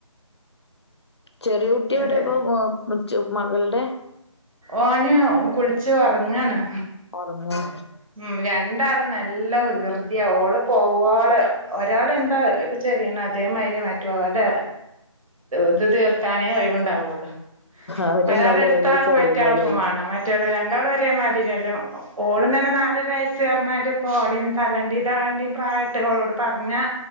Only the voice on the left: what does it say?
ചെറിയ കുട്ടി എവിടെ
ഇപ്പൊ മകളുടെ
ഒറങ്ങാ
അവര്
രണ്ടാളും
ഏകദേശം
ഒരേപോലെ